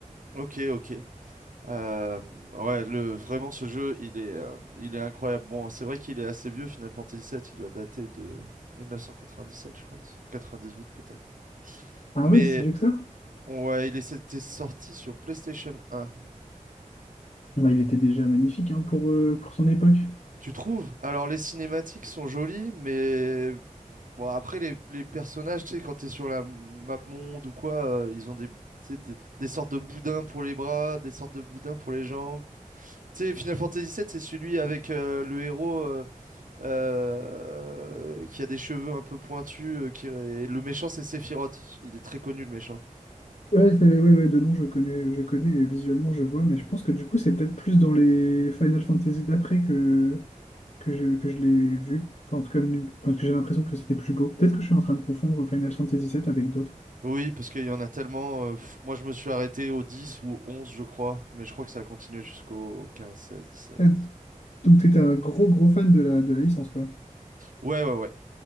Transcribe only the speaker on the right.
Ok, ok. Euh, ouais, le, vraiment ce jeu, il est, euh, il est incroyable. Bon, c'est vrai qu'il est assez vieux, Final Fantasy VII. Il doit dater de 1997, je pense, ou 98 peut-être.
Mais
ouais, il est- c'était sorti sur PlayStation 1.
Tu trouves? Alors les cinématiques sont jolies, mais Bon, après, les, les personnages, tu sais, quand t'es sur la map monde ou quoi, euh, ils ont des, tu sais, des, des sortes de boudins pour les bras, des sortes de boudins pour les jambes. Tu sais, Final Fantasy VII, c'est celui avec euh, le héros euh, euh, qui a des cheveux un peu pointus. euh, qui... et Le méchant, c'est Sephiroth. Il est très connu, le méchant.
Oui, parce qu'il y en a tellement. euh, pff, moi, je me suis arrêté au 10 ou au onze je crois. Mais je crois que ça a continué jusqu'au quinze seize dix sept
Ouais, ouais, ouais.